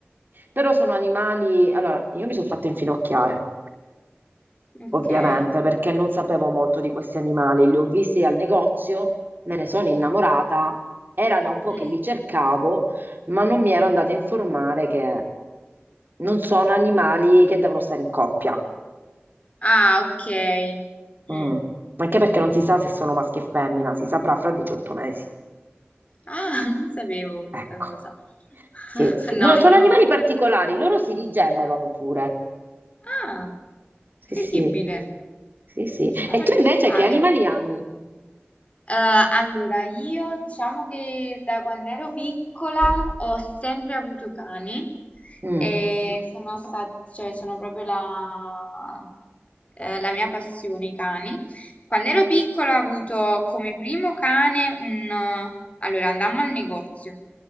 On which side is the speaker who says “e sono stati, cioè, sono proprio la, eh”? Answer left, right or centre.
Left